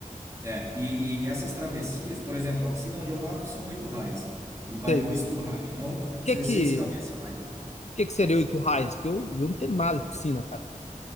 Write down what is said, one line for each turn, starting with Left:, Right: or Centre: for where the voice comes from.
Right: É, e, e essas travessias, por exemplo, a piscina onde eu nado são oito raias, e vai
Left: Sei.
Right: dois
Left: O
Right: por raia, então 16
Left: que que,
Right: cabeças,
Left: o
Right: vai.
Left: que que seria oito raias? Porque eu, eu não tenho nada de piscina, cara.